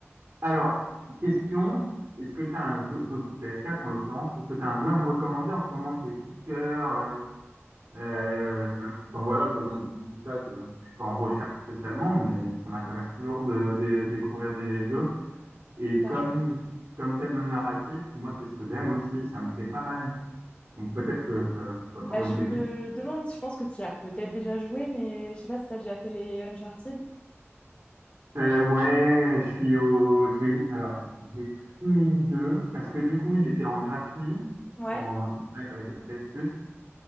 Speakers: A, on the right; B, on the left.
A: Alors, question, est-ce que tu as un jeu, euh, sur PS4 en l'occurrence, est-ce que tu as un jeu à me recommander en ce moment qui est coup de cœur euh, euh,
B: Euh,
A: enfin voilà, je, demande- je dis ça, je ne suis pas en recherche spécialement, mais ça m'intéresse toujours de, de découvrir des jeux. Et
B: bah,
A: comme, comme t'aimes le narratif, moi c'est ce que j'aime aussi, ça me plaît pas mal Donc peut-être que ça, tu vas me trouver
B: Bah, je
A: une pépite.
B: me demande, je pense que tu y as peut-être déjà joué, mais je sais pas si tu as déjà fait les Uncharted.
A: Euh, ouais, je suis au. J'ai, alors, j'ai fini le 2 parce que du coup, il était en gratuit
B: Ouais,
A: en, avec le PS Plus